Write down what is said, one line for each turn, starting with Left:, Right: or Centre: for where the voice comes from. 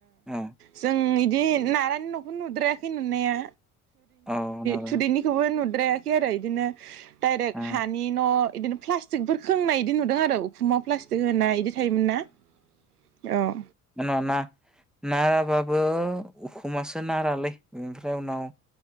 Centre: औ
Right: जोंनि बिदि नारानि न'खौ नुद्रायाखै नुनाया
Centre: औ नारा
Right: थुरैनिखौबो नुद्रा आरो बिदिनो दडाइरेक्ट
Centre: ओ
Right: हानि न' बिदिनो प्लास्टिकफोर खोंनाय बिदि नुदों आरो उखुमाव प्लास्टिक होनाय बिदि थायोमोन ना औ
Centre: मा ना नाराबाबो उखुमासो नारालै बेनिफ्राय उनाव